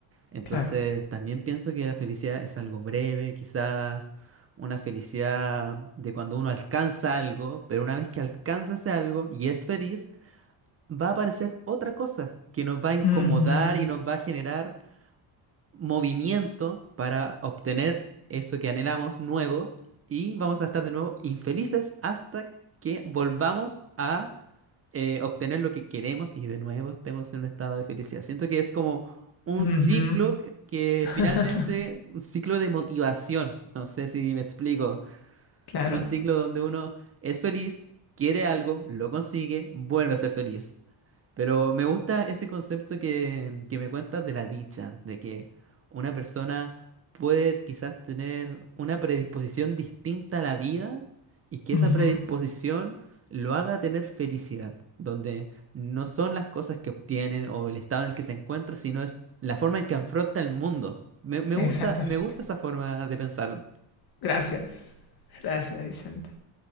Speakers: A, on the right; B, on the left.
A: Entonces,
B: Claro.
A: también pienso que la felicidad es algo breve, quizás una felicidad de cuando uno alcanza algo, pero una vez que alcanza ese algo y es feliz, va a aparecer otra cosa que nos va a incomodar
B: Mhm.
A: y nos va a generar movimiento para obtener eso que anhelamos nuevo y vamos a estar de nuevo infelices hasta que volvamos a eh, obtener lo que queremos y de nuevo estemos en un estado de felicidad. Siento que es como un
B: Mhm.
A: ciclo que que
B: <laughs>
A: finalmente, un ciclo de motivación. No sé si me explico.
B: claro.
A: Un ciclo donde uno es feliz, quiere algo, lo consigue, vuelve a ser feliz. Pero me gusta ese concepto que, que me cuentas de la dicha, de que una persona puede quizás tener una predisposición distinta a la vida y que
B: Mhm.
A: esa predisposición lo haga tener felicidad, donde no son las cosas que obtienen o el estado en el que se encuentra, sino es la forma en que afronta el mundo. Me, me
B: Exactamente.
A: gusta, me gusta esa forma de pensarlo.
B: Gracias. Gracias, Vicente.